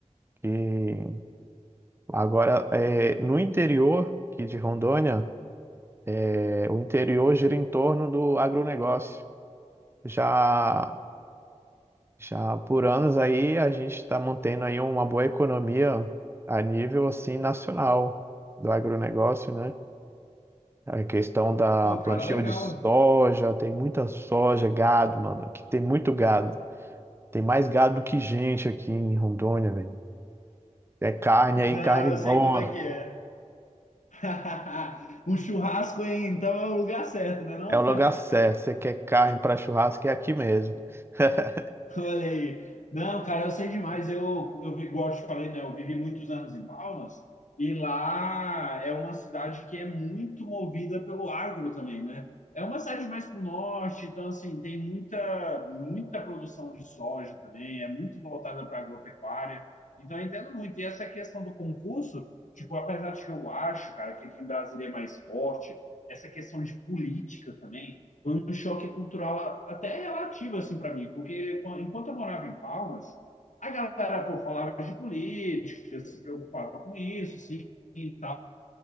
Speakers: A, on the right; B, on the left.
A: E agora, é, no interior aqui de Rondônia, é, o interior gira em torno do agronegócio. Já Já por anos aí a gente está mantendo aí uma boa economia a nível assim nacional do agronegócio, né? A questão da
B: Pô,
A: plantio
B: cara, legal.
A: de soja, tem muita soja, gado, mano, aqui tem muito gado. Tem mais gado do que gente aqui em Rondônia, velho. É carne
B: Não,
A: aí, carne
B: eu
A: boa.
B: sei como é que é. <laughs> O churrasco, hein? Então é o lugar certo, né não?
A: É o lugar
B: <laughs>
A: certo. Você quer carne para churrasco, é aqui mesmo. <laughs>
B: <laughs> Olha aí. Não, cara, eu sei demais. Eu, eu, vi- igual eu te falei, né? Eu vivi muitos anos em Palmas e lá é uma cidade que é muito movida pelo agro também, né? É uma cidade mais para o norte, então, assim, tem muita, muita produção de soja também, é muito voltada para agropecuária. Então, eu entendo muito. E essa questão do concurso, tipo, apesar de que eu acho, cara, que aqui em Brasília é mais forte, essa questão de política também foi um choque cultural até relativo assim para mim, porque enquanto eu morava em Palmas, a galera pô, falava de política, se preocupava com isso, sim, e tal,